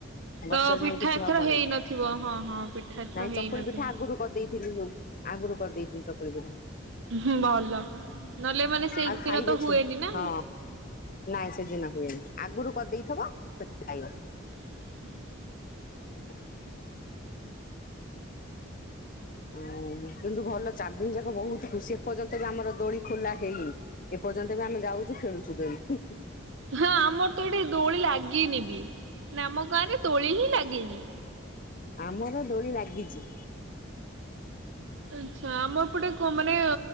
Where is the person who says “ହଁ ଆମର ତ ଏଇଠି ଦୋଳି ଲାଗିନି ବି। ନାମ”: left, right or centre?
Right